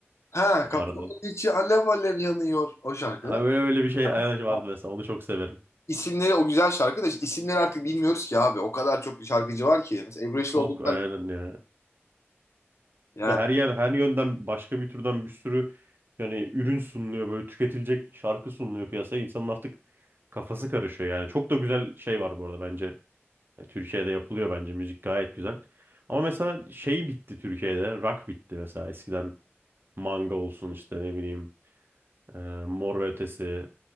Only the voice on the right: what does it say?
vardı.
Ha,
Böyle öyle bir şey aynen vardı
mesela onu çok severim.
Çok
aynen ya.
Bir de her yer her yönden başka bir türden bir sürü yani ürün sunuluyor böyle tüketilecek şarkı sunuluyor piyasaya. İnsanın artık kafası karışıyor yani. Çok da güzel şey var bu arada bence. E, Türkiye'de yapılıyor bence müzik gayet güzel. Ama mesela şey bitti Türkiye'de. Rock bitti mesela eskiden manga olsun işte ne bileyim e, Mor ve Ötesi.